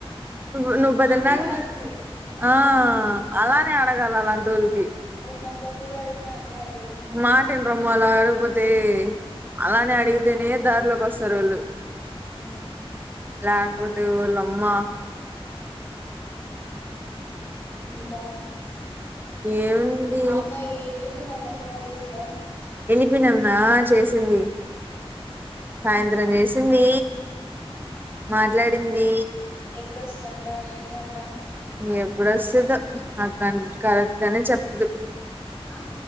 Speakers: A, on the right; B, on the left.
A: ను నువ్వు బలే
B: అన్నీ
A: నంగ్
B: అడుగుతుంది
A: ఆ అలా అడగాల అలాంజుజి
B: అవి మొఖం మీద అడిగినా అట్టే అంటది
A: మాటిండ్రు మల అడుపుతే అలానే అడిగితేనే దార్ లోక్ ఓస్తారుళ్ళు
B: ఉమ్
A: లేక్ పో రేయి వల్లఅమ్మా
B: ఇంకా
A: ఏముంది
B: అ అమ్మాయి వెలిపోయిన అమ్మాయి ఫోన్ జెసిందా
A: ప్పినమ్మా చేసింది సాయంత్రం జెసిందీ మాట్లాడిందీ
B: ఎప్పుడొస్తుందంట ఏంటంట
A: ఎమ్ ఎప్పుడోస్తుదో నాక్ కరెక్ట్ గానే చెప్ ద్
B: అ